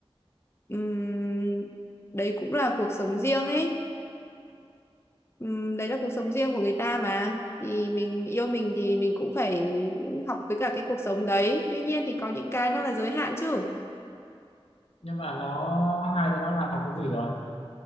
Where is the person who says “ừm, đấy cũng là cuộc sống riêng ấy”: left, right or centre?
Left